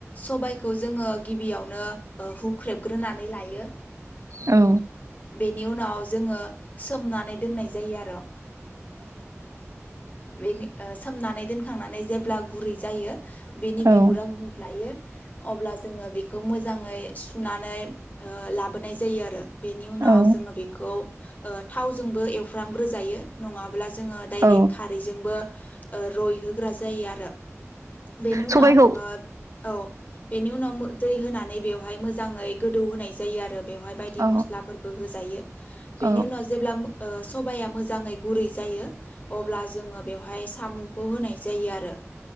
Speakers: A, on the left; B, on the right.
A: सबायखौ जोङो । गिबियावनो ओ हुख्रेबग्रोनानै लायो ।
B: औ
A: बेनि उनाव जोङो सोमनानै दोननाय जायो आर' । बेनि ओ सोमनानै दोनखांनानै जेब्ला गुरै जायो। बेनि
B: औ
A: बिगुरा गग्लायो अब्ला जोङो बेखौ मोजाङै। सुनानै ओ लाबोनाय जायो आरो बेनि उनाव
B: औ
A: जोङो बेखौ। ओ थावजोंबो एवफ्रामग्रोजायो नङाब्ला । जोङो दायरेक
B: औ
A: खारैजोंबो रइहोग्रा जायो आरो। बेनि उनाव
B: सबायखौ
A: ओ औ बेनि उनाव दै होनानै बेयाव हाय मोजाङै गोदौ होनाय जायो आरो। बेवहाय बायदि
B: औ
A: मस्लाफोरबो होजायो बेनि
B: औ
A: उनाव जेब्ला मो ओ सबाया मोजाङै गुरै जा यो अब्ला जोङो बेवहाय साम'खौ होनाय जायो आरो